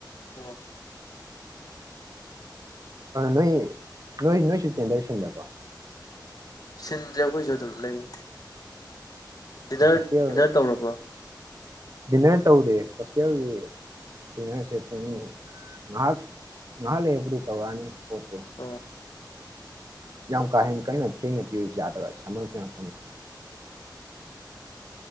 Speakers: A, on the left (about 55°); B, on the right (about 50°).
A: ꯑ
B: ꯅꯣꯏ ꯅꯣꯏ ꯅꯣꯏ ꯆꯨꯠꯇꯦ ꯗꯔꯁꯟꯗ ꯕꯔꯣ꯫
A: ꯁꯤꯟꯗꯔ꯭ꯦ ꯑꯩꯈꯣꯏꯁꯨ ꯑꯗꯨꯝ ꯂꯩꯔꯤ꯫ ꯗꯤꯅꯔ
B: ꯍꯣꯁꯇꯦꯜ
A: ꯗꯤꯅꯔ ꯇꯧꯔꯕꯣ?
B: ꯗꯤꯟꯅꯔ ꯇꯧꯗꯦ ꯍꯣꯁꯇꯦꯜꯒꯤ ꯗꯤꯟꯅꯔꯁꯦ ꯄꯨꯡ ꯉꯥꯏꯍꯥꯛ ꯉꯥꯏꯍꯥꯛ ꯂꯩꯔꯄꯨꯗꯤ ꯇꯧꯔꯛꯑꯅꯤ꯫ ꯄꯣꯠꯇꯣ
A: ꯑꯣ꯫
B: ꯌꯥꯝ ꯀꯥꯍꯦꯟ ꯀꯟꯅ ꯊꯦꯡꯅ ꯄꯤꯔꯁꯨ ꯌꯥꯗꯕ ꯁꯝꯃꯔ